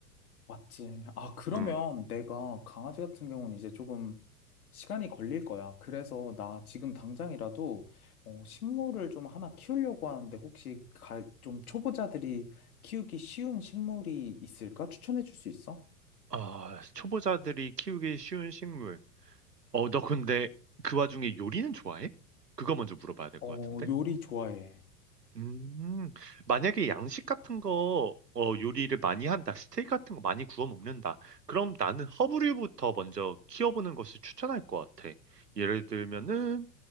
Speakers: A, on the left; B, on the right.
A: 맞지. 아, 그러면
B: 음.
A: 내가 강아지 같은 경우는 이제 조금 시간이 걸릴 거야. 그래서 나 지금 당장이라도 어, 식물을 좀 하나 키우려고 하는데 혹시 가, 좀 초보자들이 키우기 쉬운 식물이 있을까? 추천해 줄 수 있어?
B: 아, 초보자들이 키우기 쉬운 식물. 어, 너 근데 그 와중에 요리는 좋아해? 그거 먼저 물어봐야 될
A: 어,
B: 것 같은데?
A: 요리 좋아해.
B: 음, 만약에 양식 같은 거, 어, 요리를 많이 한다, 스테이크 같은 거 많이 구워 먹는다, 그럼 나는 허브류부터 먼저 키워보는 것을 추천할 것 같아. 예를 들면은,